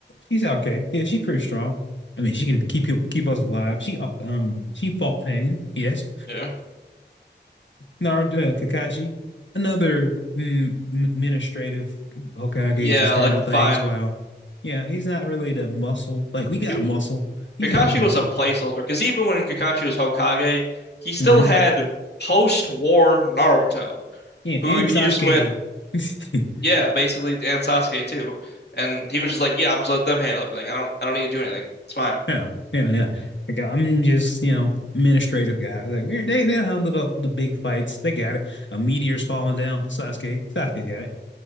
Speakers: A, on the left; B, on the left.
A: she's okay. Yeah, she's pretty strong. I mean, she can keep you- keep us alive. She uh, um she fought pain. Yes,
B: Yeah,
A: Naruto, uh, Kakashi, another mm, administrative Hokage
B: yeah,
A: just handle
B: like
A: things
B: fine.
A: while, yeah, he's not really the muscle. Like we got
B: He,
A: muscle, he's
B: Kakashi
A: not the muscle.
B: was a placeholder because even when Kakashi was Hokage, he still
A: hmm
B: had post-war Naruto,
A: Yeah,
B: who
A: and
B: he
A: Sasuke.
B: just went.
A: <laughs>
B: Yeah, basically, and Sasuke too. And he was just like, "Yeah, I'm just let them handle everything. I don't, I don't need to do anything. It's fine."
A: Yeah, yeah, yeah. yeah. Like I'm just, you know, administrative guy. Like we they they handled up the big fights. They got it. A meteor's falling down. Sasuke, Sasuke got it.